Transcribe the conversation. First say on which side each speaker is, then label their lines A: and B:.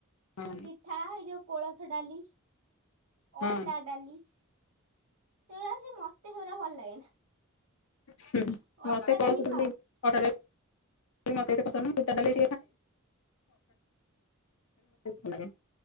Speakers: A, on the left (about 75°); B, on the right (about 70°).
A: ହଁ।
B: ପିଠା ଏଇ ଯୋଉ କୋଳଥ ଡାଲି
A: ହଁ
B: ଅଟା ଡାଲି। ସେଗୁରା ସେ ମତେ ସେଗୁରା ଭଲ ଲାଗେନା।
A: ହୁଁ ମତେ
B: ଅଟା
A: କୋଳଥ
B: ଡାଲି ଖାଅ
A: ଡାଲି <inaudible> <unintelligible>